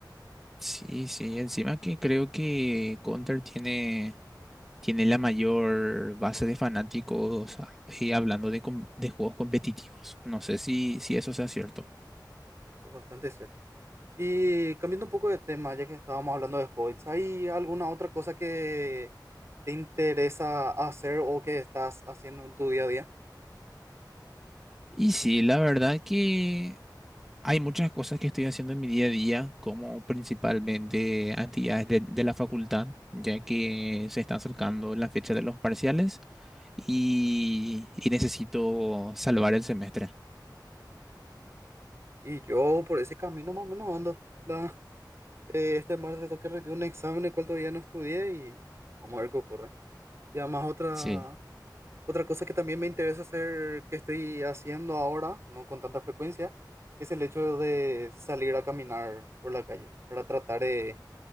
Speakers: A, in the centre; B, on the right.
A: Sí, sí, encima que creo que Counter tiene, tiene la mayor base de fanáticos ah, eh, hablando de, com- de juegos competitivos. No sé si, si eso sea cierto.
B: Eso es bastante cierto. Y cambiando un poco de tema, ya que estábamos hablando de hobbies, ¿hay alguna otra cosa que te interesa hacer o que estás haciendo en tu día a día?
A: Y sí, la verdad que Hay muchas cosas que estoy haciendo en mi día a día, como principalmente actividades de, de la facultad, ya que se está acercando la fecha de los parciales y, y necesito salvar el semestre.
B: Y yo por ese camino más o menos ando. La, eh, este martes tengo que rendir un examen el cual todavía no estudié y vamos a ver qué ocurre. Y además otra,
A: Sí,
B: otra cosa que también me interesa hacer, que estoy haciendo ahora, no con tanta frecuencia, es el hecho de salir a caminar por la calle para tratar de